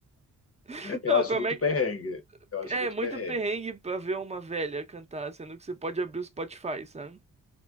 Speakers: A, on the right; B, on the left.
A: <laughs>
B: eu
A: Não,
B: acho
A: como
B: muito
A: é
B: perrengue.
A: que...
B: Eu acho
A: É
B: muito
A: muito
B: perrengue.
A: perrengue pra ver uma velha cantar, sendo que você pode abrir o Spotify, sabe?